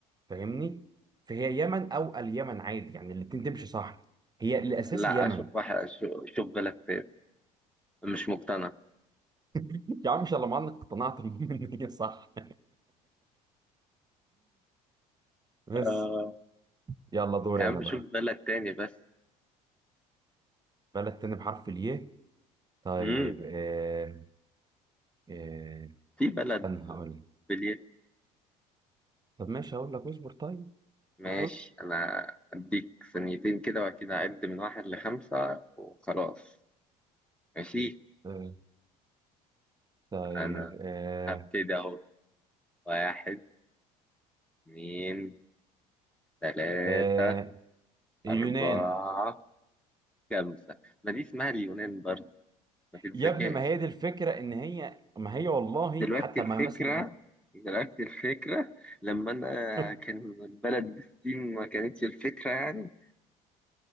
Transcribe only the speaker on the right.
فاهمني فهي يمن او اليمن عادي يعني الاتنين تمشي صح هي الاساسي
يمن
<laughs> يا عم ان شاء الله ما عندك اقتنعت المهم ان هي صح بس
يلا دوري
انا بقى
بلد تاني بحرف الياء طيب
آه آه
استنى هقول لك
طب ماشي هقول لك اصبر طيب
اصبر
آه طيب
آه
آه اليونان
يا ابني ما هي دي الفكرة ان هي ما هي والله
حتى
ما مثلا
<laughs>